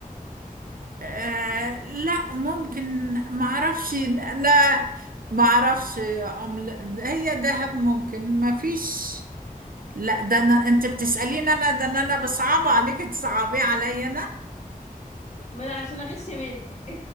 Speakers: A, on the right; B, on the left.
A: آه لا ممكن معرفش انا معرفش عملة هي دهب ممكن ما فيش لا ده انا انت بتسألين انا ده إن انا بصعب عليك تصعبي عليا انا
B: ما انا عشان اغش منك